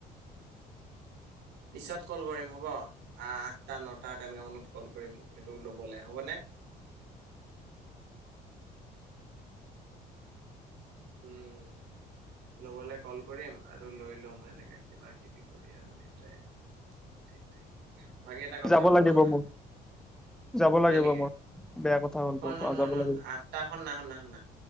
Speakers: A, on the right; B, in the centre.
A: পিছত কল কৰিম হ'ব আঠটা নটা তেনেকুৱা মানত কল কৰিম এইটো ল'বলৈ হ'বনে? উম। ল'বলে কল কৰিম আৰু লৈ লম এনেকে কিবা কিবি কৰি আৰু সেইটোয়ে। ঠিক ঠিক বাকী এটা কথা
B: যাব
A: হ'ল
B: লাগিব
A: নহয়।
B: মোৰ যাব
A: হয়
B: লাগিব
A: নেকি
B: মই বেয়া কথা হ'ল
A: শুন
B: বহুত
A: শুন শুন
B: যাব
A: শুন
B: লাগিব।
A: আঠটা শুনা শুনা শুনা